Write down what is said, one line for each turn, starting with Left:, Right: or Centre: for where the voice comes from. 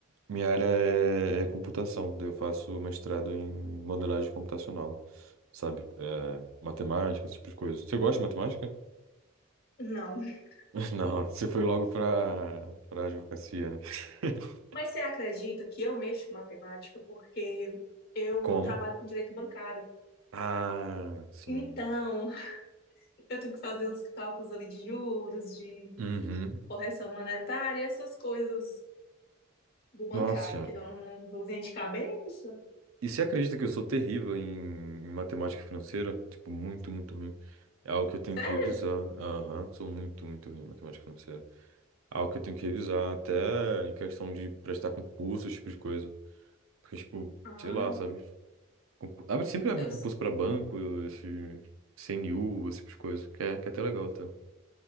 Right: Minha área é, é computação, daí eu faço mestrado em modelagem computacional, sabe? É, matemática, esse tipo de coisa. Você gosta de matemática?
Left: Não. <laughs>
Right: <laughs> Não, você foi logo pra, pra advocacia, né? <laughs>
Left: Mas você acredita que eu mexo com matemática porque eu
Right: Como?
Left: trabalho com direito bancário.
Right: Ah, sim.
Left: Então, <laughs> eu tenho que fazer os cálculos ali de juros, de
Right: Uhum.
Left: correção monetária, essas coisas do bancário
Right: Nossa senhora.
Left: que dão uma dorzinha de cabeça.
Right: E você acredita que eu sou terrível em, em matemática financeira? Tipo, muito, muito ruim. É algo que eu tenho
Left: Sério?
Right: que revisar. Aham, sou muito, muito ruim em matemática financeira. É Algo que eu tenho que revisar, até em questão de prestar concurso, esse tipo de coisa. Porque, tipo,
Left: Ah,
Right: sei lá, sabe? Concur- Abre, sempre abre
Left: eu,
Right: concurso pra banco, esse CNU, esse tipo de coisa, que é, que é até legal, até.